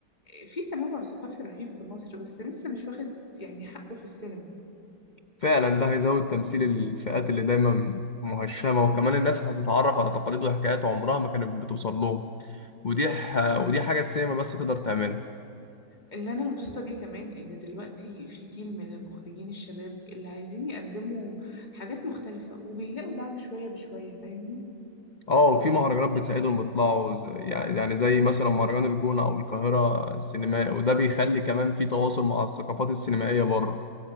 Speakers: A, on the left (about 25°); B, on the left (about 85°).
A: في تنوع ثقافي رهيب في مصر بس لسه مش واخد يعني حقه في السينما
B: فعلا ده هيزود تمثيل الفئات اللي دايما مهشمة وكمان الناس هتتعرف على تقاليد وحكايات عمرها ما كانت بتوصل لهم ودي ح... ودي حاجة السينما بس تقدر تعملها
A: اللي أنا مبسوطة بيه كمان إن دلوقتي في جيل من المخرجين الشباب اللي عايزين يقدموا حاجات مختلفة وبيلاقوا دعم شوية بشوية فاهمني
B: اه في مهرجانات بتساعدهم يطلعوا زي- يعني زي مثلا مهرجان الجونة أو القاهرة السينمائي وده بيخلي كمان في تواصل مع الثقافات السينمائية بره